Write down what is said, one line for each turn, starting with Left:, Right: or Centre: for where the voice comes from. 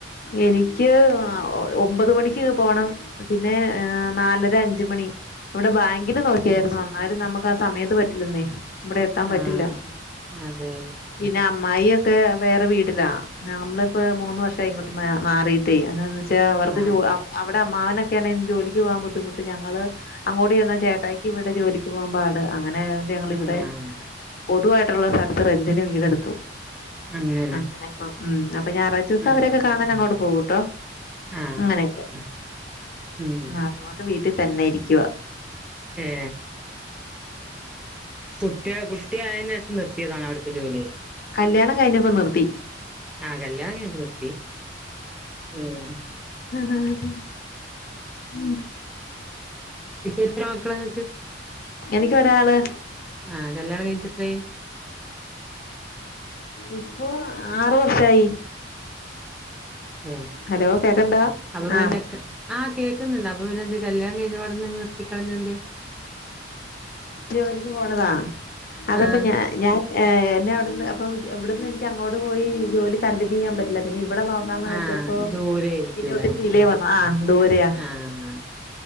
Left: എനിക്ക് ഒമ്പത് മണിക്ക് പോണം പിന്നെ ഏ നാലര അഞ്ച മണി ഇവിടെ ബാങ്കില് നോക്കിയായിരുന്നു
Centre: തിരിച്ച്
Left: അന്നാലും നമുക്ക് ആ സമയത്ത് പറ്റില്ലെന്നേ ഇവിടെ എത്താൻ പറ്റില്ല
Centre: ആഹ് അതെ അതെ
Left: പിന്നെ അമ്മായി ഒക്കെ വേറെ വീടിലാ നമ്മളിപ്പോ മൂന്ന് വർഷംമായിങ്ങോട്ട മാറിയിട്ടേ എന്താന്ന് വെച്ചാൽ അവർക്ക്
Centre: ആഹ്
Left: അവവിടെ അമ്മാവനൊക്കെ ജോലിക്ക് പോവാൻ ബുദ്ധിമുട്ട് ഞങ്ങള് അങ്ങോട്ട് ചെന്ന ചേട്ടായിക്ക് ഇവിടെ ജോലിക്ക് പോകാൻ പാട് അങ്ങനെ ഞങ്ങള്
Centre: ആഹ്
Left: ഇവിടെ പൊതുവായിട്ടുള്ള സ്ഥലത്ത് റെന്റിന് വീടെടുത്തു
Centre: അങ്ങനെ
Left: അങ്ങനെയൊക്ക ഉ അപ്പൊ ഞായറാഴച്ച ദിവസം
Centre: ആഹ്
Left: അവരൊക്കെ കാണാൻ അങ്ങോട്ട് പോവൂട്ടോ
Centre: ആഹ്
Left: അങ്ങനെയൊക്കെ
Centre: ആഹ് ഉം
Left: എന്നതുകൊണ്ട് വീട്ടിൽ തന്നെ ഇരിക്കുവ
Centre: ഏ കുട്ടിയ കുട്ടി ആയേന് ശേഷം നിർത്തിയതാണോ അവിടുത്തെ ജോലി
Left: കല്യാണം കഴിഞ്ഞപ്പോ നിർത്തി
Centre: ആ കല്ല്യാണം കഴിഞ്ഞപ്പം നിർത്തീ ഉ
Left: ആഹ
Centre: ഇപ്പൊ എത്ര മക്കളാങ്ങക്ക്
Left: എനിക്കൊരാള്
Centre: ആഹ് കല്യാണം കഴിഞ്ഞിട്ടെത്രേ യി
Left: ഇപ്പോൊ ആറു വർഷായി
Centre: ഏ
Left: ഹലോ കേക്കണ്ടാ
Centre: അപ്പന്നെക്കെ
Left: ആഹ്
Centre: ആഹ കേക്കുന്നുണ്ട് അപ്പൊ പിന്നെന്ത് കല്യാണം കഴിഞ്ഞ പാട ന്നെ നിർത്തിക്കളഞ്ഞന്ത്
Left: ജോലിക്ക് പോണതാ അതപ്പ
Centre: ആഹ്
Left: ഞ ഞാൻ ഏ എന്നെ അവിടുന്ന് അപ്പൊ ഇവിടെന്ന് എനിക്ക് അങ്ങോട്ട് പോയി ജോലി കണ്ടിന്യൂ ചെയ്യാൻ പറ്റില്ല പിന്നെ ഇവിടെ നോക്ക ന്ന് വെച്ചപ്പോ
Centre: ആഹ് ദൂരെ ആയിരിക്കൂലേ
Left: ഇന്ന ഒത്തിരി വല വന്ന ആ ദൂരയാ
Centre: ആഹ്